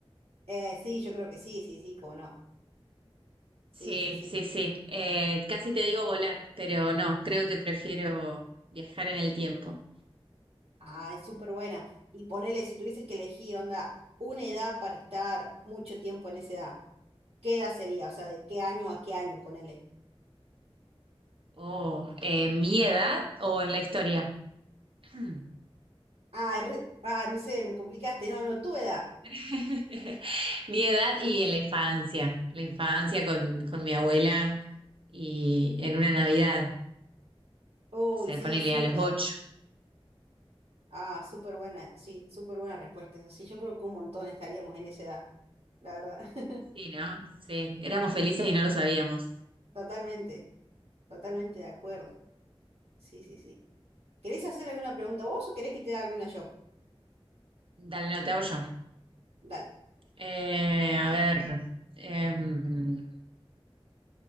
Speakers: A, on the right; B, on the right.
A: Eh, sí, yo creo que sí, sí, sí, cómo no. Sí,
B: Sí,
A: sí, sí.
B: sí, sí. Eh, casi te digo volar, pero no, creo que prefiero viajar en el tiempo.
A: Ah, es súper buena. Y ponele, si tuvieses que elegir, onda, una edad para estar mucho tiempo en esa edad, ¿qué edad sería? O sea, ¿de qué año a qué año, ponele?
B: Oh, eh, ¿mi edad o en la historia? Hmm.
A: Ah, es re- ah, no sé, me complicaste. No, no, tu edad.
B: <laughs> Mi edad y en la infancia, la infancia con, con mi abuela y en una Navidad.
A: Uy,
B: Se
A: sí,
B: ponele
A: súper.
B: a los ocho.
A: Ah, súper buena, sí, súper buena respuesta. Eso sí, yo creo que un montón estaríamos en esa edad, la verdad. <laughs>
B: Sí, ¿no? Sí, éramos felices y no lo sabíamos.
A: Totalmente, totalmente de acuerdo. Sí, sí, sí. ¿Querés hacer alguna pregunta vos o querés que te haga alguna yo?
B: Dale, no, te hago yo.
A: Dale.
B: Eh, a ver, em,